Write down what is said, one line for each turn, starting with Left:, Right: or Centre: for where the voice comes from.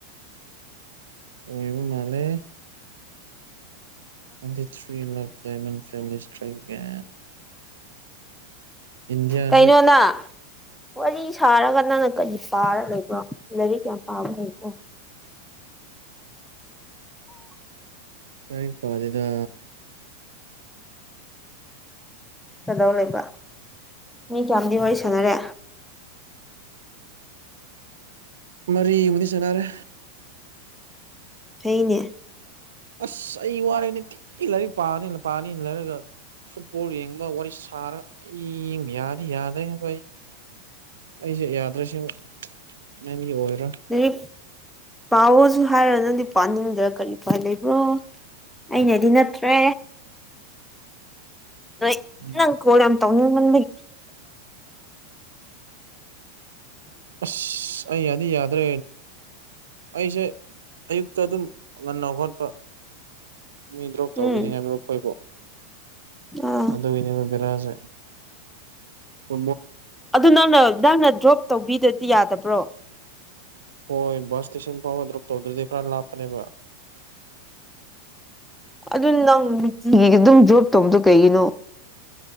Right: ꯑꯣꯏꯕꯨ ꯃꯥꯂꯦ ꯇ꯭ꯋꯦꯟꯇꯤ ꯊ꯭ꯔꯤ ꯂꯞ ꯗꯗꯥꯏꯃꯟ ꯐꯦꯃꯤꯂꯤ ꯁꯇ꯭ꯔꯥꯏꯛ ꯟ ꯏꯟꯗꯤꯌꯥꯁꯦ
Centre: ꯀꯩꯅꯣ ꯅꯪ ꯋꯥꯔꯤ ꯁꯥꯔꯒ ꯅꯪꯅ ꯀꯔꯤ ꯄꯥꯔ ꯂꯩꯕ꯭ꯔꯣ ꯂꯥꯏꯔꯤꯛ ꯌꯥꯝ ꯄꯥꯕ ꯂꯩꯕꯣ <inaudible>
Right: ꯇꯔꯛꯄꯥꯗꯤꯗ
Centre: ꯀꯗꯧ ꯂꯩꯕ ꯃꯤ ꯀꯌꯥꯝꯗꯤ ꯋꯥꯔꯤ ꯁꯥꯟꯅꯔꯦ
Right: ꯃꯔꯤꯃꯗꯤ ꯁꯥꯟꯅꯔꯦ
Centre: ꯐꯩꯅꯦ
Right: ꯑꯁ ꯑꯩ ꯋꯥꯔꯦꯅꯤ ꯇꯤ ꯂꯥꯏꯔꯤꯛ ꯄꯥꯅꯤꯅ ꯄꯥꯅꯤꯅ ꯂꯩꯔꯒ ꯐꯨꯠꯕꯣꯜ ꯌꯦꯡꯕ ꯋꯥꯔꯤ ꯁꯥꯔꯒ ꯑꯩꯕ ꯌꯥ ꯌꯥꯗ꯭ꯔꯔꯤꯅꯕ ꯑꯩ ꯑꯩꯁꯦ ꯌꯥꯗ꯭ꯔꯁꯤ ꯅꯦꯝꯒꯤ ꯑꯣꯏ
Centre: ꯑꯗꯨ ꯄꯥꯎꯁ ꯍꯥꯏꯔꯣ ꯅꯪꯗꯤ ꯄꯅꯤꯡꯗ ꯀꯔꯤ ꯎꯄꯥꯏ ꯂꯩꯕ꯭ꯔꯣ ꯑꯩꯅꯗꯤ ꯅꯠꯇ꯭ꯔꯦ ꯅ
Right: ꯎꯝ
Centre: ꯅꯪ ꯀꯣꯔꯝ ꯇꯧꯅꯤꯡ ꯃ <inaudible>
Right: ꯑꯁ ꯑꯩ ꯌꯥꯗꯤ ꯌꯥꯗ꯭ꯔꯦ ꯑꯩꯁꯦ ꯑꯌꯨꯛꯇ ꯑꯗꯨꯝ ꯉꯟꯅ ꯍꯣꯠꯄ ꯃꯤ ꯗ꯭ꯔꯣꯞ
Centre: ꯎꯝ
Right: ꯇꯧꯕꯤꯅꯤꯡꯉꯥꯏ ꯃꯔꯨꯞ ꯑꯩꯏꯕꯨ
Centre: ꯑꯥ
Right: ꯑꯗꯨꯗ ꯏꯅꯦ ꯕꯤꯔꯥꯁꯦ ꯐ
Centre: ꯑꯗꯨ ꯅꯪꯅ ꯅꯪꯅ ꯗ꯭ꯔꯣꯞ ꯇꯧꯕꯤꯗꯗꯤ ꯌꯥꯗꯕ꯭ꯔꯣ
Right: ꯍꯣꯏ ꯕꯁ ꯏꯁꯇꯦꯁꯟ ꯐꯥꯎꯕ ꯗ꯭ꯣꯔꯞ ꯇꯧꯗ꯭ꯔꯗꯤ ꯈꯔ ꯂꯥꯞꯄꯅꯦꯕ
Centre: ꯑꯗꯨ ꯅꯪ ꯅꯨꯡꯇꯤꯒꯤ ꯑꯗꯨꯝ ꯗ꯭ꯔꯣꯕ ꯇꯧꯕꯗꯣ ꯀꯩꯒꯤꯅꯣ